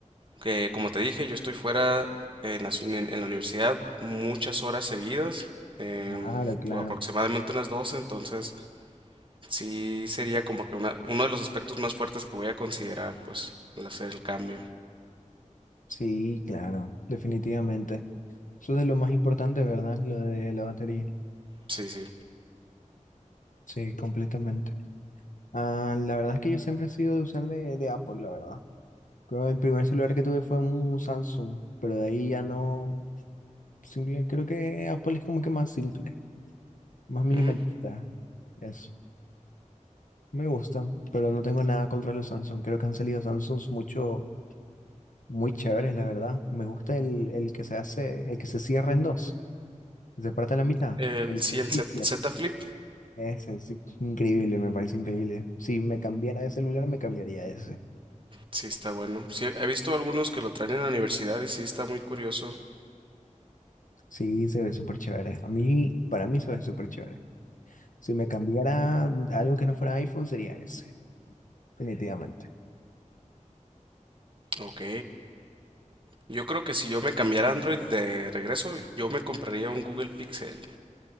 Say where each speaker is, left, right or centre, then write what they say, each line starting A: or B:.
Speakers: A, on the right; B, on the left.
A: que, como te dije, yo estoy fuera en la, en la universidad muchas horas seguidas, eh,
B: claro, claro.
A: pues, aproximadamente unas doce entonces sí sería como que una, uno de los aspectos más fuertes que voy a considerar, pues, al hacer el cambio.
B: Sí, claro, definitivamente. Eso es de lo más importante, ¿verdad? Lo de la batería.
A: Sí, sí.
B: Sí, completamente. Ah, la verdad es que yo siempre he sido de usar de, de Apple, la verdad. Creo que el primer celular que tuve fue un Samsung, pero de ahí ya no. Simple, creo que Apple es como que más simple, más minimalista.
A: Ujú.
B: Eso. Me gustan, pero no tengo nada contra los Samsung. Creo que han salido Samsungs mucho, muy chéveres, la verdad. Me gusta el, el que se hace, el que se cierra en dos, se parte a la mitad.
A: El,
B: El,
A: sí,
B: el
A: el
B: flip-flop.
A: Z, Z Flip,
B: Ese es increíble, me parece increíble. Si me cambiara de celular, me cambiaría ese.
A: sí está bueno. Sí, he visto algunos que lo traen en la universidad y sí está muy curioso.
B: Sí, se ve súper chévere. A mí, para mí se ve súper chévere. Si me cambiara algo que no fuera iPhone, sería ese, definitivamente.
A: Ok. Yo creo que si yo me cambiara a Android de regreso, yo me compraría un Google Pixel.